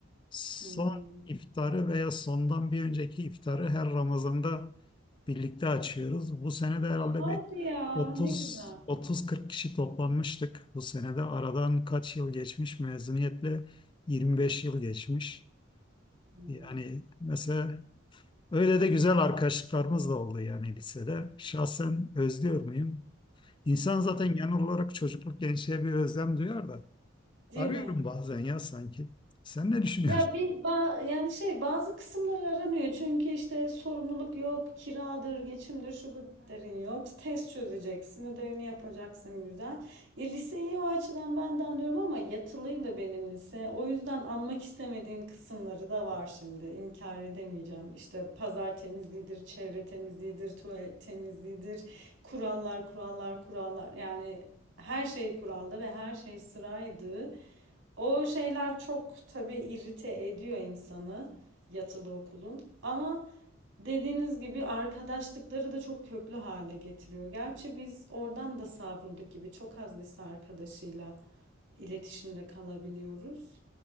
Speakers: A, on the left (about 25°); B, on the right (about 70°).
A: Son
B: Hmm.
A: iftarı veya sondan bir önceki iftarı her Ramazan'da birlikte açıyoruz. Bu sene de herhalde
B: Hadi
A: bir
B: ya,
A: 30
B: ne güzel.
A: 30-40 kişi toplanmıştık. Bu sene de aradan kaç yıl geçmiş? Mezuniyetle 25 yıl geçmiş.
B: Hmm.
A: Yani mesela Öyle de güzel arkadaşlıklarımız da oldu yani lisede. Şahsen özlüyor muyum? İnsan zaten genel olarak çocukluk gençliğe bir özlem duyar da.
B: Değil
A: Arıyorum
B: mi?
A: bazen ya sanki. Sen ne düşünüyorsun?
B: Ya bir
A: <laughs>
B: ba- yani şey bazı kısımları aranıyor çünkü işte sorumluluk yok, kiradır, geçimdir, şu bu derin yok. Test çözeceksin, ödevini yapacaksın güzel. Ya liseyi o açıdan ben de anlıyorum ama yatılıydı benim lise. O yüzden anmak istemediğim kısımları da var şimdi. İnkar edemeyeceğim. İşte pazar temizliğidir, çevre temizliğidir, tuvalet temizliğidir. Kurallar, kurallar, kurallar. Yani her şey kuraldı ve her şey sıraydı. O şeyler çok tabii irrite ediyor insanı yatılı okulun. Ama dediğiniz gibi arkadaşlıkları da çok köklü hale getiriyor. Gerçi biz oradan da savrulduk gibi çok az lise arkadaşıyla iletişimde kalabiliyoruz.